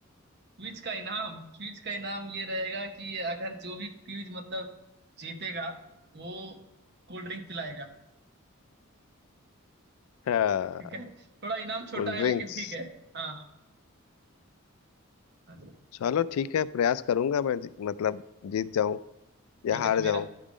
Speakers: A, on the right; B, on the left.
A: क्विज का इनाम क्विज का इनाम ये रहेगा कि अगर जो भी क्विज मतलब जीतेगा वो कोल्ड ड्रिंक पिलाएगा
B: हाँ,
A: ठीक है थोड़ा इनाम छोटा
B: कोल्ड
A: है
B: ड्रिंक्स
A: लेकिन ठीक है हाँ हाँ
B: चलो ठीक है प्रयास करूंगा मैं जी- मतलब जीत जाऊं
A: ठीक
B: या हार
A: है तो
B: जाऊं
A: मेरा